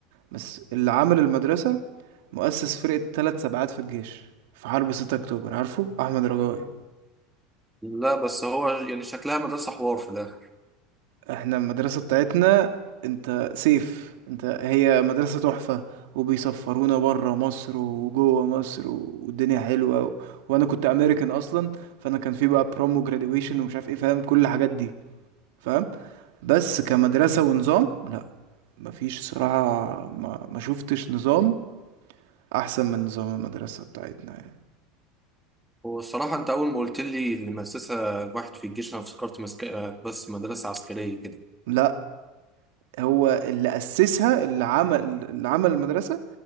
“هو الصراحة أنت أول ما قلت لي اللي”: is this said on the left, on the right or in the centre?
Centre